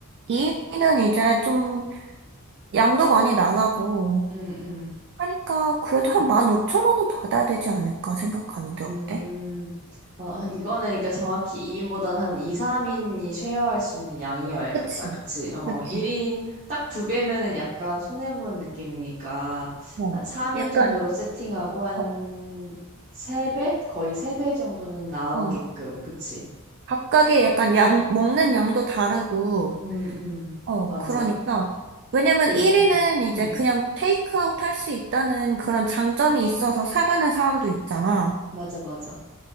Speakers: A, on the right (about 50°); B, on the right (about 35°).
A: 이는 이제 좀 양도 많이 나가고
B: 음, 음.
A: 하니까 그래도 한 15,000원은 받아야 되지 않을까 생각하는데
B: 음.
A: 어때?
B: 어, <laughs> 이거는 그러니까 정확히 2인보다는 한 2, 3인이 쉐어할 수 있는 양이어야겠다.
A: 그치,
B: 그치? 어,
A: 그치.
B: 1인 딱 두 배면은 약간 손해보는 느낌이니까
A: 어,
B: 한 3인
A: 약간,
B: 정도로 세팅하고 한
A: 어,
B: 세배 거의 세 배 정도는 나오게끔.
A: 어.
B: 그치?
A: 각각의 약간 양, 먹는 양도 다르고,
B: 음, 음.
A: 어,
B: 맞아.
A: 그러니까. 왜냐면
B: 그리고
A: 1위는 이제
B: 음,
A: 그냥 테이크아웃 할 수 있다는 그런 장점이 있어서 사가는 사람도 있잖아.
B: 맞아, 맞아.